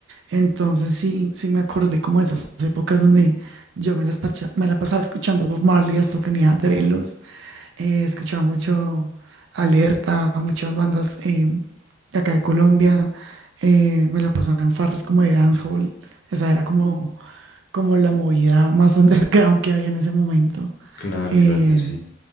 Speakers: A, on the right; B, on the left.
A: Entonces sí, sí me acordé como de esas épocas donde yo me las pacha- me la pasaba escuchando Bob Marley, hasta tenía drelos, eh, escuchaba mucho Alerta, muchas bandas eh, de acá de Colombia, eh, me la pasaba en farras como de dancehall, esa era como, como la movida más <laughs> underground que había en ese momento.
B: claro,
A: Eh,
B: claro que sí.